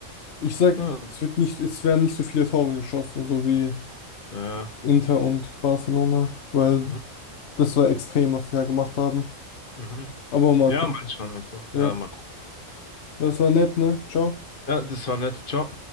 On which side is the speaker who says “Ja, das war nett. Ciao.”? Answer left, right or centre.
Left